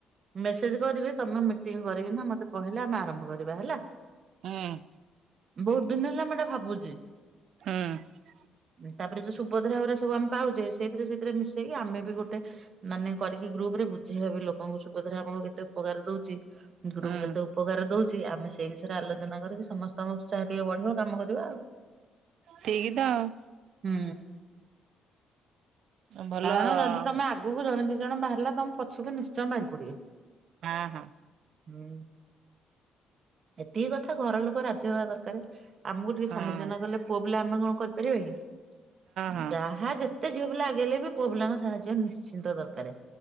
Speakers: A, on the right; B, on the right.
A: ମେସେଜ କରିବି ତମେ ମିଟିଂ କରିକିନା ମତେ କହିଲେ ଆମେ ଆରମ୍ଭ କରିବା ହେଲା।
B: ହୁଁ।
A: ବହୁତ୍ ଦିନ ହେଲା ମୁଁ ଏଟା ଭାବୁଚି।
B: ହୁଁ।
A: ତାପରେ ଯୋଉ ସୁଭଦ୍ରା ଅରା ସବୁ ଆମେ ପାଉଚେ ସେଇଥିରେ ସେଇଥିରେ ମିଶେଇକି ଆମେବି ଗୋଟେ ମାନେ କରିକି ଗ୍ରୁପରେ ବୁଝେଇବାବି ଲୋକଙ୍କୁ ସୁଭଦ୍ରା ଆମକୁ କେତେ ଉପକାର ଦଉଚି। ଗ୍ରୁପ୍
B: ହୁଁ
A: କେତେ ଉପକାର ଦଉଚି ଆମେ ସେଇ ବିଷୟରେ ଆଲୋଚନା କରିକି ସମସ୍ତଙ୍କ ଉତ୍ସାହ ଟିକେ ବଢିବା କାମ କରିବା ଆଉ।
B: ଠିକିତ ଆଉ।
A: ହୁଁ।
B: ଭଲ
A: କାରଣ ଯଦି ତମେ
B: ହଁ
A: ଆଗକୁ ଜଣେ ଦି ଜଣ ବାହାରିଲା ତମେ ପଛକୁ ନିଶ୍ଚୟ ବାହାରି ପଡ଼ିବେ।
B: ହଁ ହଁ।
A: ହୁଁ ଏତିକି କଥା ଘର ଲୋକ ରାଜି ହବା ଦରକାରେ। ଆମକୁ ଟିକେ
B: ହଁ
A: ସାହାଯ୍ୟ ନକଲେ ପୁଅ ପିଲା ଆମେ କଣ କରିପାରିବାକି
B: ହଁ।
A: ଯାହା ଯେ ଏତେ ଝିଅପିଲା ଆଗଲେବି ପୁଅପିଲାଙ୍କ ସାହାଯ୍ୟ ନିଶ୍ଚିନ୍ତ ଦରକାରେ।